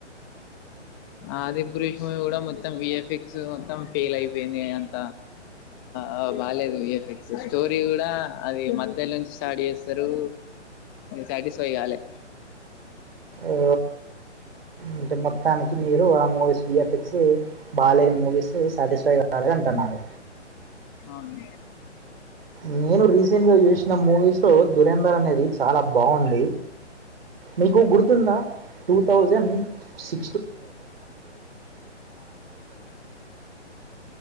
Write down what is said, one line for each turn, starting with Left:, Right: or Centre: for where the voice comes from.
Left: ఆది పరిష మ ఎడ మ మొత్త విఎఫ్ఎక్స్ మొత్తం ఫెయిల్ అయిపోయింది అంత ఆ బాలేదు విఎఫ్ఎక్స్ స్టోరీ కూడా అది మధ్యలో నుంచి స్టార్ట్ చేస్తారు సాటిస్ఫై కాలే
Right: ఓ అంటే మొత్తానికి మీరు ఆమోస్ఫక్ బాలేని మూవీస్ సాటిస్ఫై కాాల అంటున్నారు
Left: అవును
Right: నేను రీసెంట్ గా చూసిన మూవీస్ లో దురేంందర్ అనేది చాలా బాగుంది మీకు గుర్తుందా టూ థౌజండ్ సి